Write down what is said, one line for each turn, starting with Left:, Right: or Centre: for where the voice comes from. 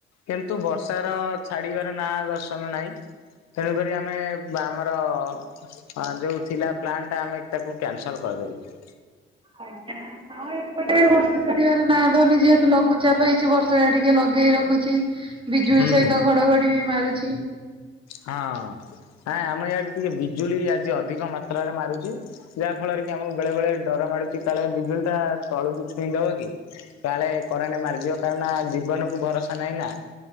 Left: କିନ୍ତୁ ବର୍ଷାର ଛାଡିବାର ନାଁ ଦର୍ଶନ ନାହିଁ। ତେଣୁକରି ଆମେ ବା ଆମର ହଁ, ଯୋଉ ଥିଲା ପ୍ଲାନ୍ ଟା ଆମେ ତାକୁ କ୍ୟାନସଲ କରିଦେଲୁ।
Right: ଆଜ୍ଞା, ହଁ ଏପଟେ ବି ବର୍ଷା ଛାଡ଼ିବାର ନା ଦଉନି ଯେହେତୁ ଲଘୁଚାପ ହେଇଛି ବର୍ଷା ଟିକେ ଲଗେଇ ରଖୁଛି ବିଜୁଳି
Left: ହୁଁ।
Right: ସହିତ ଘଡଘଡି ବି ମାରୁଛି।
Left: ହଁ ଆଁ ଆମ ଇଆଡେ ଟିକେ ବିଜୁଳି ଆଜି ଅଧିକ ମାତ୍ରାରେ ମାରୁଛି। ଯାହା ଫଳରେ କି ଆମକୁ ବେଳେ ବେଳେ ଡର ମାଡୁଛି। କାଳେ ବିଜୁଳି ଟା ତଳକୁ ଛୁଇଁ ଦବ କି? କାଳେ କରେଣ୍ଟ ମାରିଯିବ କାହିଁକ ନା ଜୀବନକୁୁ ଭରସା ନାହିଁ ନା